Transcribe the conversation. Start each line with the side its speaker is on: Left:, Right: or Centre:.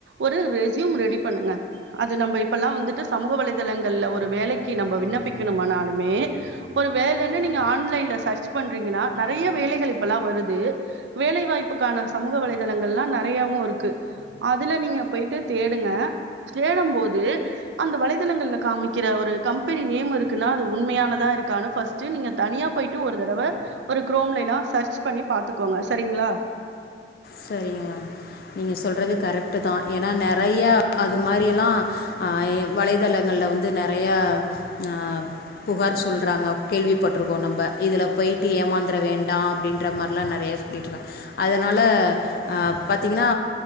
Right: ஒரு ரெஸ்யூம் ரெடி பண்ணுங்க அது நம்ப இப்பெல்லா வந்துட்டு சமூக வலை தளங்கள்ல ஒரு வேலைக்கி நாம்ப விண்ணப்பிக்கணுமானாலுமே ஒரு வேலனு நீங்க ஆன்லைன்ல சர்ச் ப ண்றீங்கனா நறைய வேலைகள் இப்பல்லா வருது வேலைவாய்ப்புக்கான சமூக வலைதளங்கள்லா நறையா வுருக்கு அதுல நீங்க போயிட்டு தேடுங்க தேடம் போது அந்த வலை தளங்கள்ல காமிக்கிற ஒரு கம்பெனி நேம் இருக்குன்னா அது உண்மையானதா இருக்கானு ஃபஸ்ட்டு நீங்க தனியா போயிட்டு ஒரு தடவ ஒரு குரோம்ல எல்லா சர்ச் பண்ணி பாத்துக்கோங்க சரிங்ளா
Left: சரிங்க நீங்க சொல்றது கரெக்ட் தா ஏனா நெறைய அது மாரி எல்லா அ எ வலைதளங்கள் ல வந்து நெறைய அ புகார் சொல்றாங்க கேள்விப்பட்ருக்கோ நம்ப இதுல போயி ட்டு ஏமாந்தற வேண்டா அப்டின்ற மார்லா நறைய சொல்லிட்ருக்கா அதனால அ பத்திங்கனா